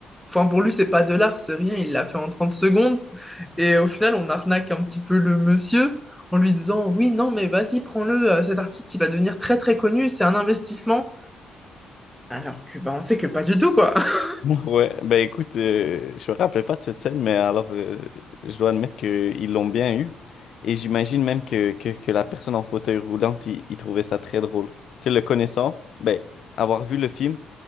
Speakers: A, in the centre; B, on the left (about 65°).
A: Enfin, pour lui, c'est pas de l'art, c'est rien. Il l'a fait en 30 secondes. Et au final, on arnaque un petit peu le monsieur en lui disant, oui, non, mais vas-y, prends-le. euh, Cet artiste, il va devenir très, très connu. C'est un investissement. Alors que, ben on sait que pas du tout, quoi. <laughs>
B: <laughs> Ouais, ben écoute, euh, je me rappelais pas de cette scène, mais alors euh, je dois admettre qu'ils l'ont bien eu. Et j'imagine même que, que, que la personne en fauteuil roulant, il, il trouvait ça très drôle. Tu sais, le connaissant, ben, avoir vu le film,